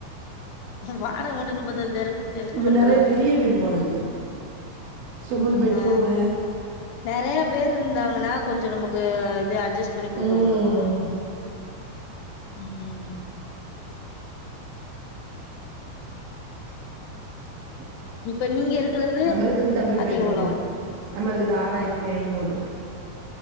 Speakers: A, on the left (about 75°); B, on the right (about 85°).
A: வாடக மட்டு நுப்பத்தஞ்சாயிரம் குடுத்து என்ன
B: இது
A: பண்றது
B: நெறைய பெரிய வீடு போல இருக்கு. ட்ரிபிள் பெட்ரூமு
A: ஆ நெறைய பேர் இருந்தாங்கன்னா கொஞ்ஜோ நமக்கு <unintelligible> அப்டியே அட்ஜஸ் பண்ணி குடுக்க
B: ம்.
A: முடியும உம்
B: <inaudible>
A: இப்ப நீங்க இருகறது
B: நம்ம இருக்குது டபுள்
A: அது
B: பெட்ரூமு.
A: எவ்ளோ
B: நம்ம இருக்குதா ஆயிரத்தி ஐநூறு